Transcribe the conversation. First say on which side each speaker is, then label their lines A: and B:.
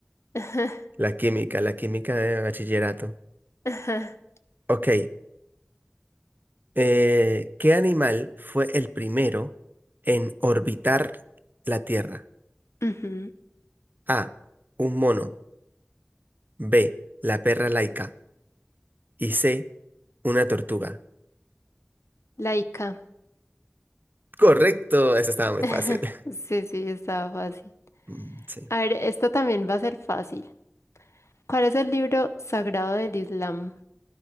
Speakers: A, on the left (about 75°); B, on the right (about 40°).
A: <laughs>
B: La química, la química de bachillerato.
A: Ajá.
B: Ok. eh, ¿qué animal fue el primero en orbitar la Tierra?
A: Ujú,
B: A. Un mono. B. La perra laica. Y C. Una tortuga.
A: Laica.
B: Correcto. Esa estaba muy
A: <laughs>
B: fácil. <laughs>
A: Sí, sí, estaba fácil.
B: Mm, Sí.
A: A ver, esto también va a ser fácil. ¿Cuál es el libro sagrado del Islam?